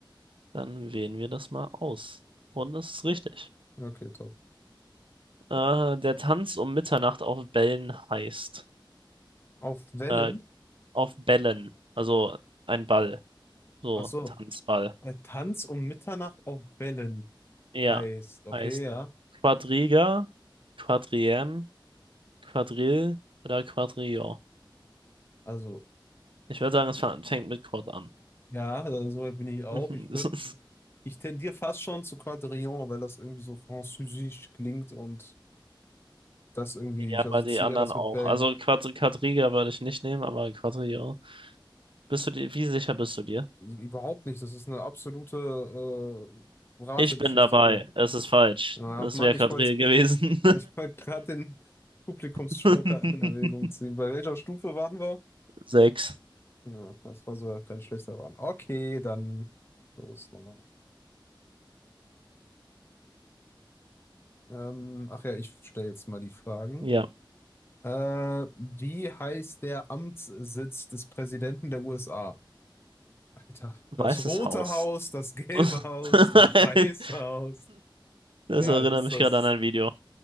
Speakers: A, on the right (about 80°); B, on the left (about 30°).
A: Dann wählen wir das mal aus. Und das ist richtig.
B: Ja, Okay, top.
A: Äh, der Tanz um Mitternacht auf Bällen heißt.
B: Auf Wellen?
A: Äh, auf Bällen. Also ein Ball. So,
B: Ach so,
A: Tanzball.
B: der Tanz um Mitternacht auf Wellen
A: Ja,
B: heißt, okay,
A: heißt
B: ja.
A: Quadriga, Quadriem, Quadrille oder Quadrillon.
B: Also,
A: Ich würde sagen, es fa- fängt mit Quad an.
B: ja, also so weit bin ich auch.
A: <laughs>
B: Ich
A: Das
B: würde,
A: ist,
B: ich tendiere fast schon zu Quadrillon, weil das irgendwie so französisch klingt und das irgendwie,
A: ja,
B: ich
A: aber
B: assoziiere
A: die anderen
B: das
A: auch.
B: mit Bällen.
A: Also Quad Quadriga würde ich nicht nehmen, aber Quadrillon. Bist du dir, wie sicher bist du dir?
B: Überhaupt nicht. Das ist eine absolute äh, Rategeschichte
A: Ich bin dabei.
B: hier.
A: Es ist falsch.
B: Ach
A: Es
B: Mann,
A: wäre
B: ich
A: Quadrille
B: wollte
A: gewesen.
B: ich wollt gerade den Publikumsjoker
A: <laughs>
B: in Erwägung ziehen. Bei welcher Stufe waren wir?
A: Sechs.
B: Ja, das war so kein schlechter Run. Okay, dann los nochmal. Ähm, ach ja, ich stelle jetzt mal die Fragen.
A: Ja,
B: Äh, wie heißt der Amtssitz des Präsidenten der USA? Alter,
A: Weißes
B: das Rote
A: Haus.
B: Haus, das Gelbe
A: <laughs>
B: Haus, das Weiße Haus.
A: Das
B: Ja,
A: erinnert
B: es ist
A: mich
B: das.
A: gerade an ein Video.